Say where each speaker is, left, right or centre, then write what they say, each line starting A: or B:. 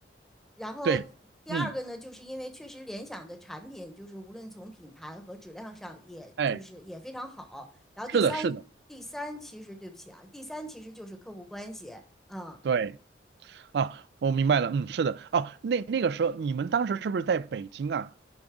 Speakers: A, in the centre; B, on the right.
A: 然后第二个呢，
B: 对，嗯。
A: 就是因为确实联想的产品就是无论从品牌和质量上，也就是也非常好。
B: 哎。
A: 然后第三，
B: 是的，是的，
A: 第三其实对不起啊，第三其实就是客户关系啊，
B: 对啊，我明白了，嗯，是的，哦，那那个时候你们当时是不是在北京啊？